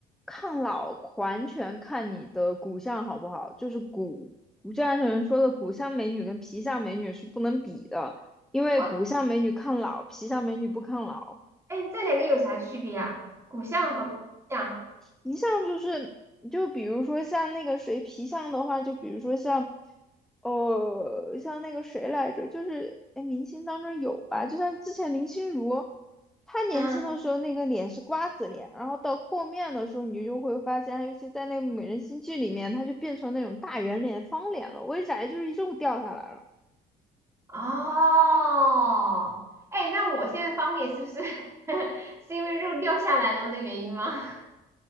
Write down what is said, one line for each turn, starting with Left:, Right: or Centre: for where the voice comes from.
Centre: 抗老，完全看你的骨相好不好。就是骨骨质安全人说的，骨相美女跟皮相美女是不能比的，因为骨相美女抗老，
Right: 哦，
Centre: 皮相美女不抗老。
Right: 哎，这两个有啥区别啊？骨相和背相，
Centre: 一项就是，就比如说像那个谁皮相的话，就比如说像，呃，像那个谁来着，就是哎，诶明星当中有吧，就像之前林心如，她年轻的时候那个脸是瓜子脸，
Right: 嗯，
Centre: 然后到后面的时候，你就会发现，她尤其在那个《美人心计》里面，她就变成那种大圆脸、方脸了，为啥？就是肉掉下来了，
Right: 哦，哎，那我现在方脸是不是 <laughs> 是因为肉掉下来了的原因吗？<laughs>